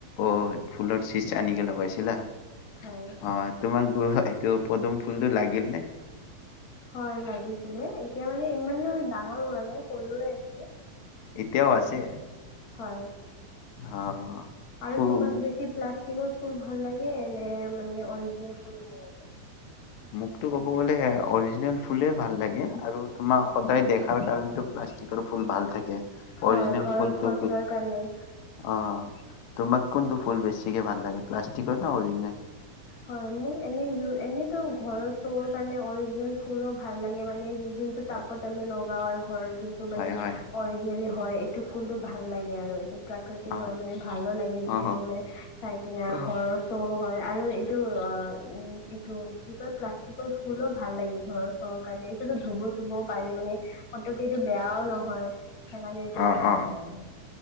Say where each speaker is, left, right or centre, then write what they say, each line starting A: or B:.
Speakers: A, on the left (about 80°); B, on the left (about 35°).
A: অ', ফুলৰ চিজ আনকৈ লগাইছিলা? অ'
B: হয়
A: তোমাৰ ফুল হয় সেইটো পদুম ফুলটো লাগিল নে?
B: হয় লাগিছিলে এতিয়া মানে ইমানো ডাঙৰ হোৱা নাই সৰুৱে আছে।
A: এতিয়াও আছে।
B: হয়।
A: অ',
B: আৰু
A: ফু
B: তোমাক বেছি প্লাষ্টিক যিবোৰ ফুল ভাল লাগে নে মানে অৰিজিনেল ফুল ভাল লাগে?
A: মোকতটো ক'ব গ'লে অৰিজিনেল ফুলে ভাল লাগে। আৰু তোমাৰ সদায় দেখাৰ কাৰণো প্লাষ্টিকৰ ফুল ভাল। থাকে
B: হয়
A: অৰিজিনেল
B: ঘৰত
A: ফুলটো
B: সজোৱাৰ কাৰণে
A: অ' তোমাক কোনটো ফুল বেছিকে ভাল লাগে প্লাষ্টিকৰ নে অৰিজনেল?
B: হয়, মোৰ এনে এনেতো ঘৰৰ চৌ' কাৰণে অৰিজিনেল ফুলো ভাল লাগে মানে যোনটো তাপত আমি লগাও আৰু ঘৰ যোনটো মানে
A: হয় হয়
B: অৰিজিনেলি হয়। এইটো ফুলতটো ভাল লাগে আৰু এইটো প্ৰাকৃতিক
A: অ
B: হয় মানে ভালো লাগে
A: অ
B: দৃশ্যটো মানে চাই কিনে
A: অ
B: ঘৰৰ চৌ হয় আৰু এইটো অ উ এইটো কি কয় প্লাষ্টিকৰ ফুলো ভাল লাগে ঘৰৰ চৰ কাৰণে এইটোতো ধুব চুবও পাৰি মানে পতককে এইটো বেয়াও নহয় সেইকাৰণে এইটো
A: অ
B: ভাল
A: অ
B: হয় আৰু